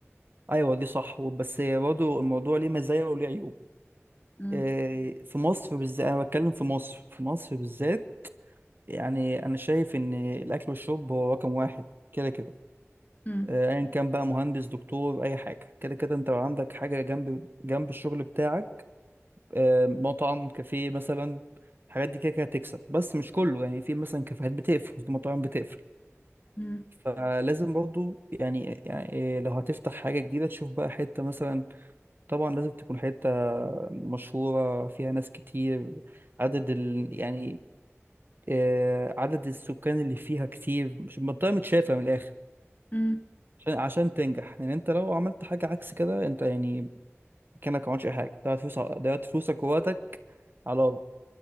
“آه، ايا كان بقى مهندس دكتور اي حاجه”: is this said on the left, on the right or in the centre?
Right